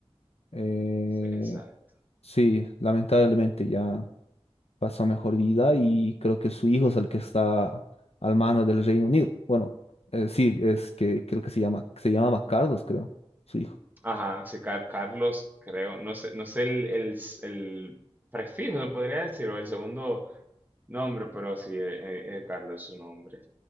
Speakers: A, on the left (about 70°); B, on the right (about 15°).
A: eh,
B: Sí, Exacto.
A: sí, lamentablemente ya. pasó mejor vida y creo que su hijo es el que está al mano del Reino Unido. Bueno, eh, sí, es que creo que se llama, se llamaba Carlos, creo, su hijo.
B: Ajá, sí, Car- Carlos, creo, no sé, no sé el, el- el prefijo, lo podría decir, o el segundo nombre, pero sí, eh, eh, Carlos es su nombre.